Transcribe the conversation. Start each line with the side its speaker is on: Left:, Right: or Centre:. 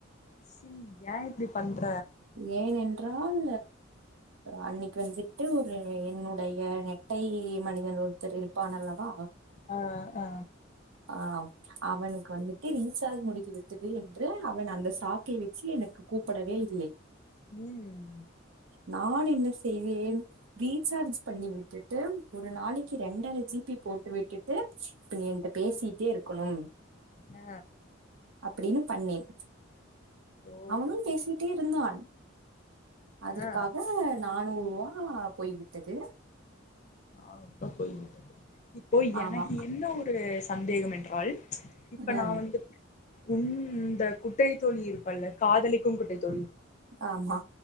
Left: சிம் ஏ இப்டி பண்ற
Right: ஏன் என்றால் அன்னைக்கி வந்துட்டு ஒரு என்னுடைய ந அட்டை மனிதன் ஒருத்தர் இருப்பான் அல்லவா
Left: ஆ ஆ
Right: ஆ அத் அவனுக்கு வந்துட்டு ரீசார்ஜ் முடித்து விட்டது என்று அவன் அந்த சாக்கை வச்சி எனக்கு கூப்பிடவே இல்லை
Left: ம்
Right: நான் என்ன செய்வேன் ரீசார்ஜ் பண்ணி விட்டுட்டு ஒரு நாளைக்கி ரெண்டர ஜி பி போட்டு விட்டு டு இப்ப நீ என்ட்ட பேசிட்டே இருக்கணும்
Left: அ
Right: அப்டின்னு பண்ணேன்
Left: ஓ
Right: அவனு பேசிட்டே இருந்தான் அதற்காக
Left: ஆ
Right: நானூரூவா போய்விட்டது
Left: நான் ரம்ப பொய் இப்போ
Right: ஆமாம்
Left: எனக்கு என்ன ஒரு சந்தேகம் என்றால் இப்ப
Right: அ
Left: நா வந்து உன் இந்த குட்டை தோழி இருப்பால்ல காதலிக்கும் குட்டை தோழி
Right: ஆமா